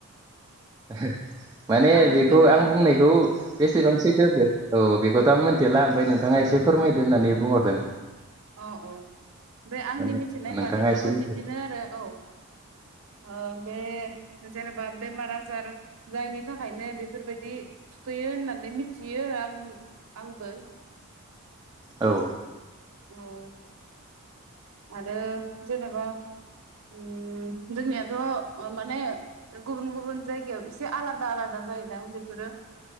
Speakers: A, on the right; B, on the right.
A: <inaudible> माने
B: आरो
A: बेखौ
B: जेनेबा
A: आं बुंनायखौ बेसेबां सैथो औ बेखौथ' आं मिथिला ओमफ्राय नों नोंथाङा एसे फोरमायदो
B: औ
A: होननानै बुंहरदों।
B: औ औ बे आंनि
A: माने
B: मिथिनाय
A: नोंथाङा
B: बादिब्लाबो
A: एसे मिथि
B: बिदिनो आरो औ बे जेनेबा बेमार आजार जायनि थाखायनो बेफोरबायदि थुखैयो होननानै मिथियो आरो आं आंबो
A: औ।
B: औ। आरो जेनेबा उम जोंनियाथ' माने गुबुन गुबुन जायगायाव एसे आलादा आलादा जायो बेफोरो